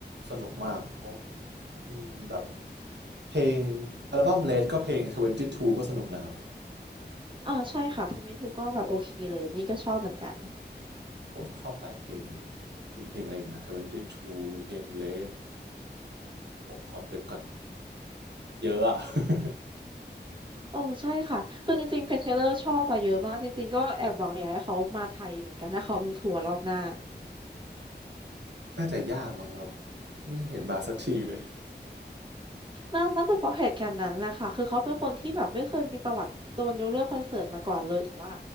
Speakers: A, on the right; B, on the right.
A: สนุกมากเพราะอืมแบบเพลงอัลบั้มเลดก็เพลง22ก็สนุกนะครับ
B: อ่าใช่ค่ะ t i m e t ูก็แบบโอเคเลยนี่ก็ชอบเหมือนกัน
A: โอ้ชอบหลายเพลงเลย มีเพลงอะไรอีกนะ22มีเพลงเลดผมขอเลืกก่อนเยอะอะ <laughs>
B: โอ้ใช่ค่ะคือจริงๆเพ t เทเลอร์ชอบอะเยอะมากจริงๆก็แอบหวังอยากให้เขามาไทยเหมือนกันถ้าเขามีทัวร์รอบหน้า
A: น่าจะยากมั้งครับไม่เห็นมาสักทีเลย
B: น่าน่าจะเพราะเหตุการณ์นั้นแหละค่ะคือเขาเป็นคนที่แบบไม่เคยมีประวัติโดนยกเลิกคอนเสิร์ตมาก่อนเลยแต่ว่า